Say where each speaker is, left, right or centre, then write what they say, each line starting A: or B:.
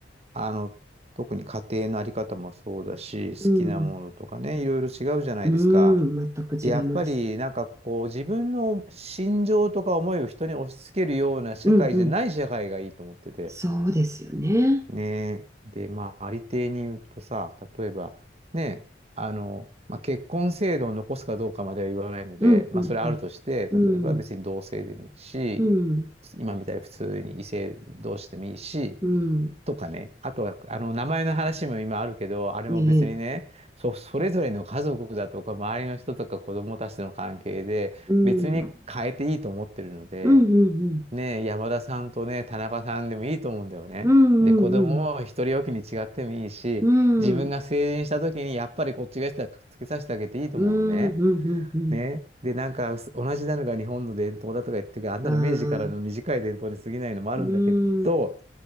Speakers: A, on the right; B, on the right.
A: あの、特に家庭のあり方もそうだし、好きなものとかね、
B: うん、
A: いろいろ違うじゃないですか。
B: うん、全く違います。
A: で、やっぱり、なんかこう、自分の心情とか思いを人に押し付けるような社会じゃない社会がいいと思ってて。
B: うん、うん、そうですよね。
A: ねえ。で、まあ、ありていに言うとさ、例えば、ね、あの、まあ、結婚制度を残すかどうかまでは言わないので、
B: うん、
A: まあ、
B: うん、
A: それあるとして、例えば別に同性でもいいし、
B: うん、うん、
A: 今みたいに普通に異性同士でもいいし、
B: うん、
A: とかね。あとは、あの、名前の話も今あるけど、あれも別にね、
B: うん、ええ、
A: そ、それぞれの家族だとか、周りの人とか子供たちとの関係で、
B: うん、
A: 別に変えていいと思ってるので、
B: うん、うん、
A: ねえ、山田さんとね、田中さんでもいいと思うんだよね。
B: うん、うん、
A: で、子供を一人おきに違ってもいいし、
B: うん、うん、
A: 自分が成人した時にやっぱりこっちがしたらくっつけさせてあげていいと思うのね。
B: うん、うん、うん、うん、
A: ね。で、なんかす同じなのが日本の伝統だとか言ってるけど、あんなの明治からの短い伝統に過ぎないのもあるんだけど、
B: うん、ああ、うん、